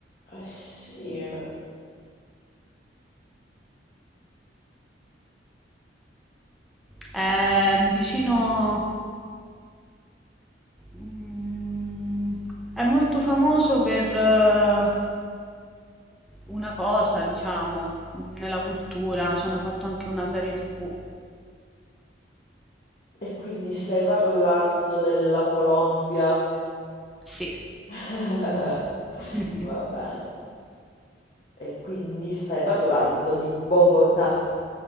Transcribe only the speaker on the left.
Eh sì. eh.
E quindi stai parlando della Colombia.
<laughs>
Va bene. E quindi stai parlando di Bogotà.